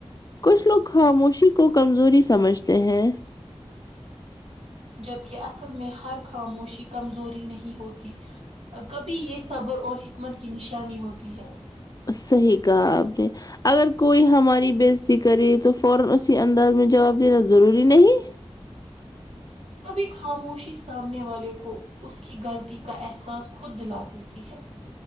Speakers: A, on the left; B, on the right.
A: کچھ لوگ خاموشی کو کمزوری سمجھتے ہیں
B: جبکہ اصل میں ہر خاموشی کمزوری نہیں ہوتی کبھی یہ صبر اور حکمت کی نشانی ہوتی ہے
A: صحیح کہا اپنے اگر کوئی ہماری بزتی کرے تو فورا اسی انداز میں جواب دینا ضروری نہیں
B: کبھی خاموشی سامنے والے کو اس کی غلطی کا احساس خود دلا دیتی ہے